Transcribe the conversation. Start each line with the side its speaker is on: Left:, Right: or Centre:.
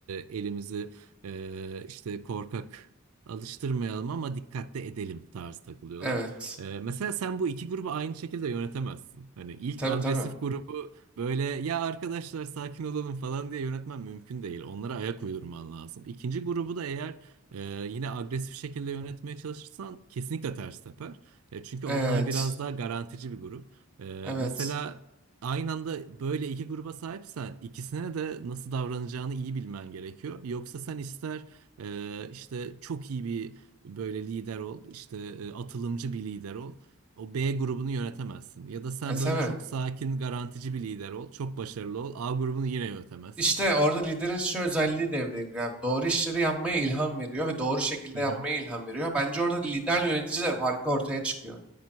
Right: elimizi e, işte korkak alıştırmayalım ama dikkatli edelim tarzı takılıyorlar.
Centre: Evet.
Right: E, mesela sen bu iki grubu aynı şekilde yönetemezsin. Hani ilk
Centre: Tabii
Right: agresif
Centre: tabii.
Right: grubu böyle ya arkadaşlar sakin olalım falan diye yönetmen mümkün değil. Onlara ayak uydurman lazım. İkinci grubu da eğer e, yine agresif şekilde yönetmeye çalışırsan kesinlikle ters teper. E, çünkü
Centre: Evet.
Right: onlar biraz daha garantici bir grup. Ee,
Centre: Evet.
Right: mesela aynı anda böyle iki gruba sahipsen ikisine de nasıl davranacağını iyi bilmen gerekiyor. Yoksa sen ister e, işte çok iyi bir böyle lider ol, işte e, atılımcı bir lider ol. O B grubunu yönetemezsin. Ya da sen
Centre: E tabii.
Right: böyle çok sakin, garantici bir lider ol, çok başarılı ol. A grubunu yine yönetemezsin.
Centre: İşte orada liderin şu özelliği devreye giriyor. abi. Doğru işleri yapmaya ilham veriyor ve doğru şekilde
Right: Hı
Centre: yapmaya
Right: hı.
Centre: ilham veriyor. Bence orada liderle yönetici de farkı ortaya çıkıyor.